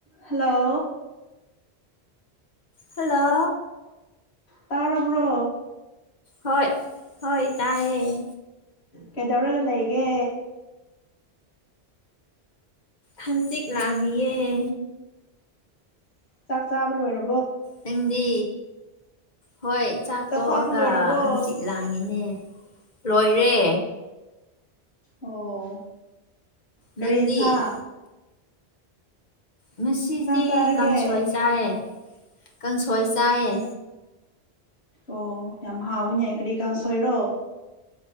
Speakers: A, on the left; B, on the left.
A: ꯍꯂꯣ
B: ꯍꯂꯣ
A: ꯇꯥꯔ ꯄꯨ꯭ꯔꯣ
B: ꯍꯣꯏ ꯍꯣꯏ ꯇꯥꯏꯌꯦꯦ
A: ꯀꯩꯗꯧꯔꯒ ꯂꯩꯒꯦ
B: ꯍꯪꯆꯤꯠ ꯂꯥꯡꯏꯌꯦꯦ
A: ꯆꯥꯛ ꯆꯥꯕ ꯂꯣꯏꯔ
B: ꯍꯪꯗꯤ ꯍꯣꯏ ꯆꯥꯛ ꯇꯣꯛꯑꯒ
A: ꯆꯥꯕ ꯂꯣꯏꯔꯕꯣ
B: ꯍꯪꯆꯤꯠ ꯂꯥꯡꯉꯤꯅꯦ ꯂꯣꯏꯔꯦ
A: ꯑꯣ ꯀꯔꯦ
B: ꯅꯪꯗꯤ
A: ꯏꯟꯁ
B: ꯉꯁꯤꯗꯤ
A: ꯆꯥꯔꯒꯦ
B: ꯀꯥꯡꯁꯣꯏ ꯆꯥꯏꯑ ꯀꯥꯡꯁꯣꯏ ꯆꯥꯏꯑ
A: ꯑꯣ ꯌꯥꯝ ꯍꯥꯎꯋꯤꯅꯦ ꯀꯔꯤ ꯀꯥꯡ ꯁꯣꯏꯔꯣ